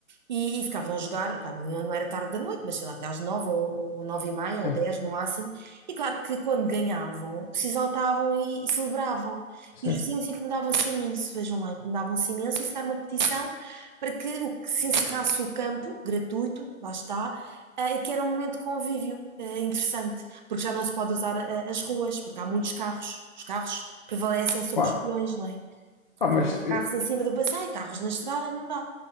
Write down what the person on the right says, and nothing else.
e, e ficavam a jogar, pá, não, iam- não era tarde da noite, mas sei lá, até às nove ou, ou nove e meia ou
dez no máximo, e claro que quando ganhavam, se exaltavam e, e celebravam.
E os vizinhos incomodavam-se imenso, vejam lá, incomodavam-se imenso, e se dar uma petição para que, o, que se encerrasse o campo, gratuito, lá está, eh, que era um momento de convívio eh, interessante, porque já não se pode usar eh, as ruas, porque há muitos carros, os carros prevalecem sobre
os peões, não é?
Então,
carros em cima do passeio, carros na estrada, não dá.